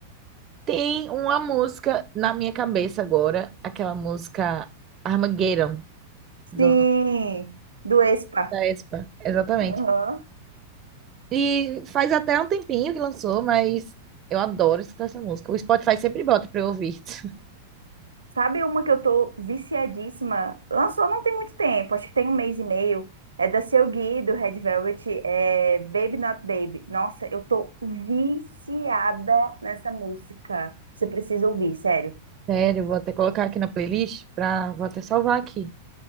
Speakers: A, on the right; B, on the right.
A: Tem uma música na minha cabeça agora, aquela música Armageddon,
B: Sim,
A: do,
B: do Expa.
A: da Espa. Exatamente.
B: Aham.
A: E faz até um tempinho que lançou, mas eu adoro escutar essa música. O Spotify sempre bota pra eu ouvir. <laughs>
B: Sabe uma que eu tô viciadíssima? Lançou não tem muito tempo, acho que tem um mês e meio. É da Seu Gui, do Red Velvet, é Baby Not Baby. Nossa, eu tô viciada nessa música. Você precisa ouvir, sério.
A: Sério, vou até colocar aqui na playlist, pra, vou até salvar aqui.